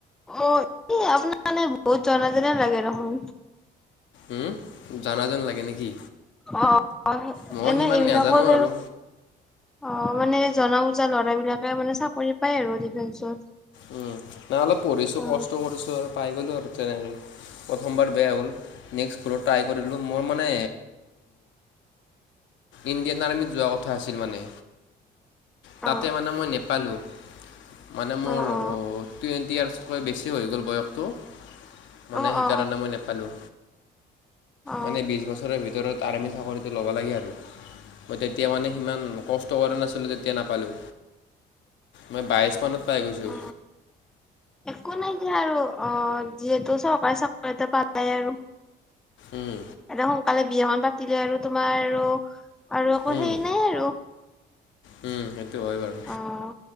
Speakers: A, in the centre; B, on the left.
A: অ' আপোনানে বহুত জনা জনে লাগেৰ দেখোন।
B: উম'। জানা যেন লাগে নেকি
A: অ অ
B: মই
A: এনে
B: সিমান
A: এইবিলাকত
B: নাজানো আৰু
A: অ' মানে জনা বুজা ল'ৰা বিলাকে মানে চাকৰি পায় আৰু ডিফেন্সত।
B: উম' নাই অলপ পঢ়িছো
A: অ
B: কষ্ট কৰিছো আৰু পাই গলো আৰু তেনেকৈ প্ৰথমবাৰ বেয়া হ'ল, নেক্সট কৰো ট্ৰাই কৰিলোঁ মোৰ মানে ইণ্ডিয়ান আৰ্মিত যোৱা কথা আছিল মানে তাতে
A: অ
B: মানে মই নেপালোঁ, মানে মোৰ
A: অ অ
B: টুৱেণ্টি ইয়াৰ্ছতকৈ বেছি হৈ গ'ল বয়সটো। মানে
A: অ
B: সেইকাৰণে
A: অ অ
B: মই নেপালো
A: অ অ
B: মানে বিশ বছৰৰ ভিতৰত। আমি চাকৰিটো ল'ব লাগে আৰু মই তেতিয়া মানে সিমান কষ্ট কৰা নাছিলো তেতিয়া নাপালো মই বাইশ মানত পাই গৈছো।
A: অ একো নাই দিয়া য় আৰু অ' যিহেতু চা চাকৰি পালাই আৰু
B: উম
A: এতিয়া সোনকালে বিয়াখন পাতিলে আৰু তোমাৰ আৰু আৰু আকৌ
B: উম
A: সেই নাই আৰু
B: উম। হয় বাৰু
A: অ'